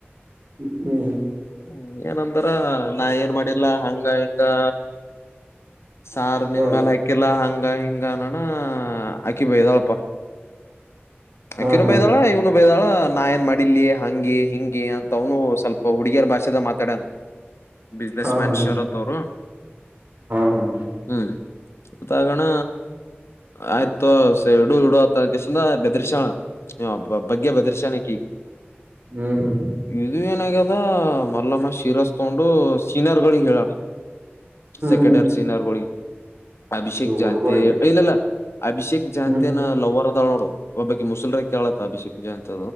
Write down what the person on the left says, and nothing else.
ಹ್ಮ ಏನಂತಾರ ನಾ ಏನ್ ಮಾಡಿಲ್ಲ ಹಂಗ ದ ಸಾರ್ ನಿನ್
ಮ್ಯಾಲ ಹಾಕಿಲ್ಲಾ ಹಂಗ ಹಿಂಗನಣ ಅಕಿ ಬೈದಳ ಪ
ಅಕಿನು
ಬೈ್ದಾಳ ಇವ್ನು ಬೈ್ದಾಳ ನಾ ಏನ್ ಮಾಡಿಲ್ಲೆ ಹಂಗೆ ಹಿಂಗೇ ಅಂತ ಅವನು ಸ್ವಲ್ಪ ಹುಡುಗಿಯರ ಭಾಷೆದ ಮಾತಾಡ್ಯಾನ ಬಿಸ್ನೆಸ್
ಮ್ಯಾನ್
ಶರತ್ <inaudible>
ಹ್ಮ್ ಮತ್ತ ಆಗಣ ಆಯ್ತು ಎರಡು ಎರಡು ಹತ್ತಕಸದ ಬೆದರ್ಶಣ ನೀಬ್ಬ ಬಗ್ಗೆ ಬೆದರ್ಶಾಣಕ್ಕೆೀಗೆ
ಇದು ಏನಾಗ <inaudible> ಮಲ್ಲಮ್ಮ ಶಿರಸ್ ತಗೊಂಡು ಸೀನಿಯರ್ ಗಳಿಗೆ ಹೇಳಳ ಸೆಕೆಂಡರ್
ಸೀನಿಯರ್ ಗೋಲ್ಡ್ ಹ ಅಭಿಷೇಕ್
ಜಾನ್ಂತೆ
ಇಲ್ಲಲ್ಲ ಅಭಿಷೇಕ್ ಜಾನತೆ
ನ ಲವರ್ ಬ್ಬ ಮುಸಲ್ರ ಆ ಅಭಿಷಕ್ ನಿಜ ಅಂತ